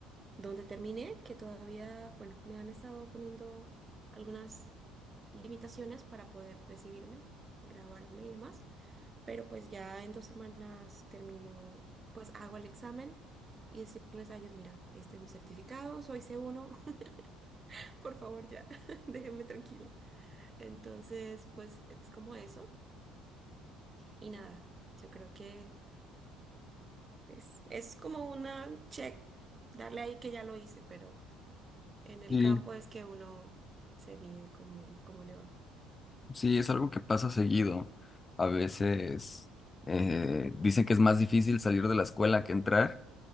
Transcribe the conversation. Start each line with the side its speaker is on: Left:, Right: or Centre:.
Right: donde terminé, que todavía, bueno, me han estado poniendo algunas limitaciones para poder recibirme, graduarme y demás. pero pues ya en dos semanas termino, pues hago el examen y decirles a ellos, mira, este es mi certificado, soy c uno <laughs> por favor ya, <laughs> déjenme tranquila. Entonces, pues es como eso y nada, yo creo que es, es como una check, darle ahí que ya lo hice, pero en el
Left: Sí.
Right: campo es que uno se mide cómo, cómo le va.
Left: Sí, es algo que pasa seguido. A veces eh, dicen que es más difícil salir de la escuela que entrar.